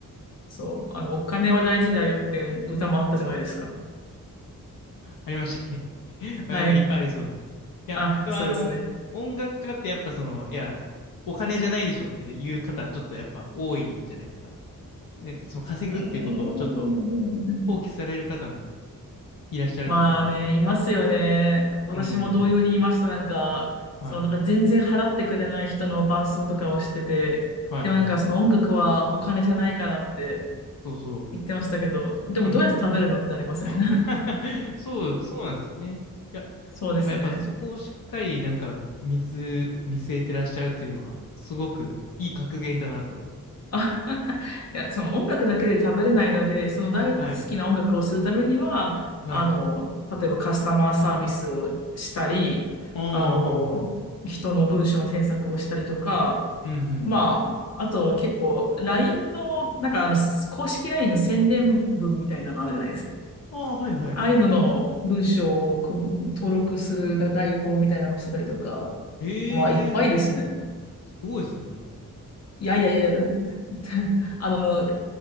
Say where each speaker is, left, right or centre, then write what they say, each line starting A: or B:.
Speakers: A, on the left; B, on the left.
A: そう。あの、お金は大事だよっていう歌もあったじゃないですか。
B: ありましたっけ <laughs> まあなんかいっぱいありそうな。
A: はい。
B: いや、
A: あ、
B: でもあの、
A: そうですね。
B: 音楽家ってやっぱその、いや、お金じゃないでしょっていう方、ちょっとやっぱ多いじゃないですか。で、その稼ぐっていうことをちょっと
A: うーん。
B: 放棄される方もいらっしゃると思うんで。
A: まあね、いますよね。私も同様にいました。
B: うん。
A: なんか、
B: はい。
A: その、なんか全然払ってくれない人の伴奏とかをしてて、
B: はいはい。
A: でもなんかその音楽はお金じゃないからって
B: そうそ
A: 言ってましたけど、でもどうやって食べるのってなりません
B: う。うん。<laughs>
A: <laughs>
B: そう、そうなんですよね。いや、だか
A: そうですね。
B: らやっぱそこをしっかりなんか見つ、見据えてらっしゃるっていうのが、すごくいい格言だなと。
A: あ <laughs> いや、その音楽だけで食べれないので、その大好きな音楽をするためには、
B: はい。はい。
A: あの、例えばカスタマーサービスをしたり、
B: ああ、
A: あの、
B: はんはん
A: 人の文章の添削をしたりとか、
B: うんうん。
A: まあ、あと結構 LINE の、なんかあの、公式 LINE の宣伝文みたいなのあるじゃないですか。
B: ああ、はいはい。
A: ああいうのの文章をく登録する代行みたいなのをしてたりとか、
B: ええ
A: まあ、いっぱいですね。
B: すごいっすね。
A: いやいやいやいや、<laughs> あの、